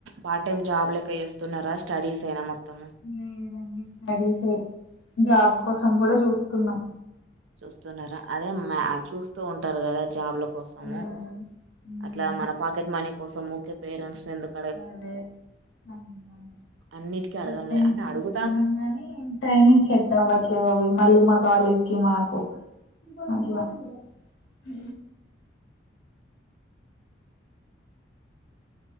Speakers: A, on the right; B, on the left.
A: పార్ట్ టైమ్ జాబ్ లెక్కే చేస్ స్తున్నారా స్టడీస్ ఏనా మొత్తం
B: లేదండి స్టడీసే జాబ్ కోసం కూడా చూస్తున్నాం
A: చూస్తున్నారా అదే మ చూస్తూ ఉంటారు కదా జాబ్ లో కోసము
B: ఉమ్ ఉమ్,
A: అట్లా మన పాకెట్ మనీ కోసం ఊకె పేరెంట్స్ నెందుకు
B: అదే <unintelligible>
A: అన్నిటికీ అడగంలే
B: ఆ పైన
A: అంటే
B: చూసుకున్నాం
A: అడుగుతా
B: గాని టైమింగ్ సెట్ అవ్వట్లేవు అవి మళ్ళీ మా కాలేజ్ కి మాకు అట్లా అ